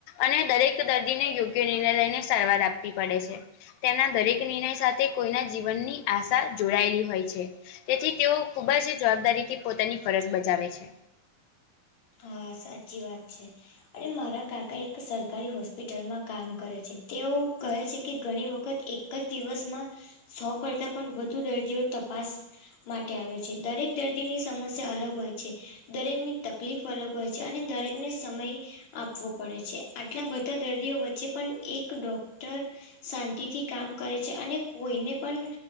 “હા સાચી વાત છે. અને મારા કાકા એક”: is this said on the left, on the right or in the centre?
Left